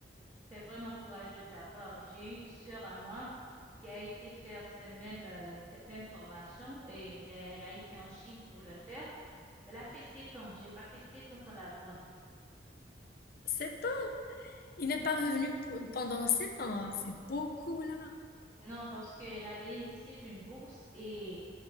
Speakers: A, on the right; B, on the left.
A: c'est vraiment courageux de ta part. J'ai une sœur à moi qui a été faire ces mêmes, euh, cette même formation, et, mais elle a été en Chine pour le faire. Elle a fait sept ans. J'ai passé sept ans sans la voir.
B: Sept ans? Il n'est pas revenu p- pendant sept ans. Ah, C'est beaucoup, là.
A: Non, parce qu'elle a bénéficié d'une bourse et